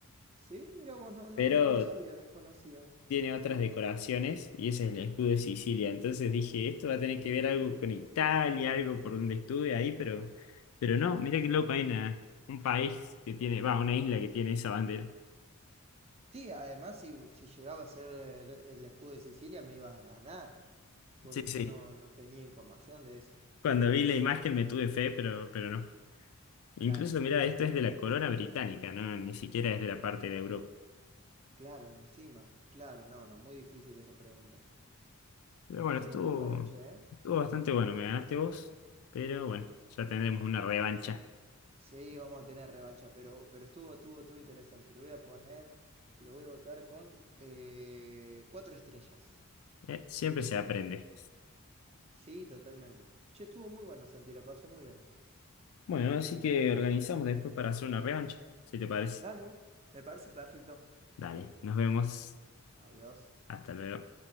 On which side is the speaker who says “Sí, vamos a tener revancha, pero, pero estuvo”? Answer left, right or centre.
Right